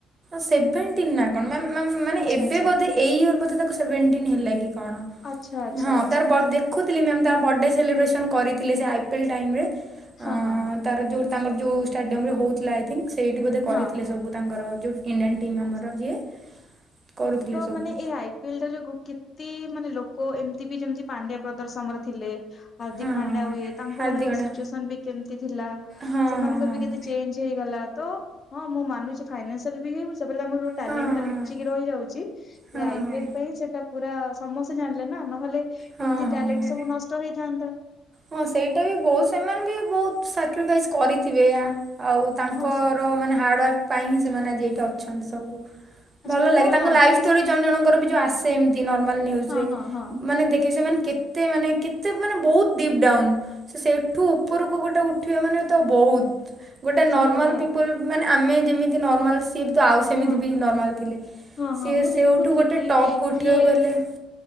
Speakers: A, on the right; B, on the left.
A: ସେଭେଣ୍ଟି ନା କଣ ମ୍ୟମ ମ୍ୟାନ ମାନେ
B: ଆଚ୍ଛା
A: ଏବେ
B: ଆଚ୍ଛା
A: ବୋଧେ ଏଇ ଇଅର୍ ବୋଧେ ତାକୁ ସେଭେଣ୍ଟିନ ହେଲା କି କଣ।
B: ଆଚ୍ଛା ଆଚ୍ଛା
A: ହଁ
B: ଆଚ୍ଛା
A: ତାର ଦେଖୁଥିଲି ମ୍ୟାମ୍ ତାର ବର୍ଡେ ସେଲିବ୍ରେସନ୍ କରୁଥିଲେ ସେ ଆଇ ପିଏଲ୍ ଟାଇମରେ।
B: ହଁ
A: ଅଁ
B: ହଁ ହଁ।
A: ତାର ଯେଉଁ ତାଙ୍କର ଯେଉଁ ଷ୍ଟାଡିୟମରେେ ହେଉଥିଲା ଆଇ ଥିଙ୍କ୍ ସେଇଠି ବୋଧେ କରିଥିଲେ
B: ହଁ
A: ସବୁ ତାଙ୍କର ଯେଉଁଇଣ୍ଡିଆନ ଟିମ୍
B: ହଁ।
A: ଆମର ଯିଏ। କରୁଥିଲେ
B: ତ
A: ସବୁ।
B: ମାନେ ଏଇ ଆଇ ପିଏଲ ଟା ଯୋଗୁ କେତେ ମାନେ ଲୋକ ଏମିତି ବି ଯେମିତି ପାଣ୍ଡଆ ପ୍ରଦର୍ଶନରେ ଥିଲେ। ହାର୍ଦ୍ଦିକ
A: ହଁ
B: ପାଣ୍ଡ୍ୟା ଆଉ ଇଏ ତାଙ୍କ
A: ହାର୍ଦ୍ଦିକ
B: ମାନଙ୍କର ସିଚୁଏସନ
A: ନା
B: ବି କେମିତି ଥିଲା
A: ହଁ
B: ସେମାନଙ୍କର
A: ହଁ ହଁ।
B: ବି କେତେ ଚେଞ୍ଜ ହେଇଗଲା ତ ହଁ ମୁଁ ମାନୁଛି ଫାଇନାସିଆଲ ହେଉଛ ସେପଟେ ତାଙ୍କର ଟ୍ୟାଲେଣ୍ଟ
A: ହଁ ହଁ।
B: ଟା ଲୁଚିକି ରହିଯାଉଛି
A: ହଁ
B: ଏ
A: ହଁ।
B: ଆଇ ପିଏଲ ପାଇଁ ସେଟା ପୁରା ସମସ୍ତେ ଜାଣିଲେ ନା ନହେଲେ ଏମିତି
A: ହଁ ହଁ
B: ଟ୍ୟାଲେଣ୍ଟ
A: ହଁ।
B: ସବୁ ନଷ୍ଟ ହେଇଥାନ୍ତା।
A: ହଁ ସେଇଟା ବି ବହୁତ ସେମାନେ ବି ବହୁତ ସାକ୍ରିଫାଇସ୍ କରିଥିବେ ଆଉ ତାଙ୍କର
B: ହଁ ସାର୍
A: ମାନେ ହାର୍ଡ଼ୱାକ୍ ପାଇଁ ହିଁ ସେମାନେ ଆଜି ଏଇଠି ଅଛନ୍ତି ସବୁ।
B: ଆଚ୍ଛା
A: ଭଲ
B: ତମ
A: ଲାଗେ ତାଙ୍କ
B: ନଜରରେ
A: ଲାଇଫ୍ ଷ୍ଟୋରି
B: ସେମିତି
A: ଜଣ୍ ଜଣଙ୍କର ବି ଯଉ ଆସେ ଏମତି ନର୍ମାଲ ନ୍ଯୁଜରେ।
B: ହଁ ହଁ ହଁ
A: ମାନେ ଦେଖି ସେମାନେ କେତେ ମାନେ କେତେ ମାନେ ବହୁତ୍ ଡିପ୍ ଡାଉନ୍ ସେ ସେଠୁ ଉପରକୁ ଗୋଟେ ଉଠିବା ମାନେ ତ ବହୁ ଗୋଟେ ନର୍ମାଲ୍
B: ସେଇଟା ବା
A: ପିପୁଲ୍ ମାନେ ଆମେ ଯେମିତି ନର୍ମାଲ ସିଏ ବି ତ ଆଉ ସେମିତି
B: ହଁ
A: ବି
B: ହଁ
A: ନର୍ମାଲ୍ ଥିଲେ
B: ହଁ ହଁ
A: ସିଏ
B: ମୁଁ
A: ସେଉଠୁ
B: ଦେଖୁଥିଲି
A: ଗୋଟେ
B: କି
A: ଟପ୍ କୁ ଉଠଆକୁ
B: କିଏ
A: ଏଲେ